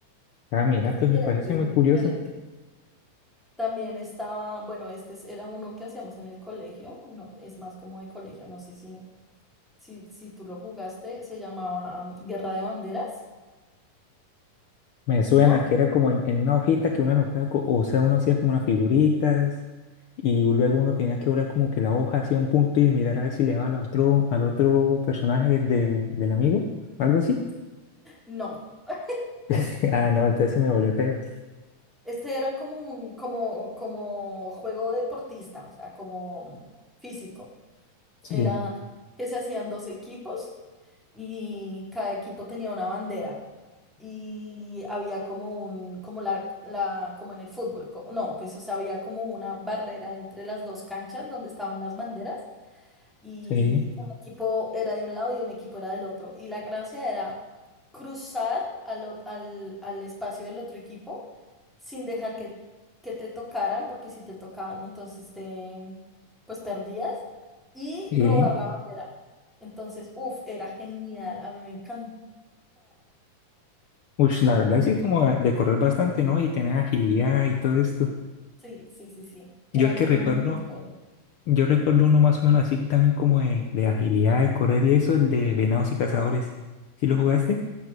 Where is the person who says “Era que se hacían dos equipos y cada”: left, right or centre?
Centre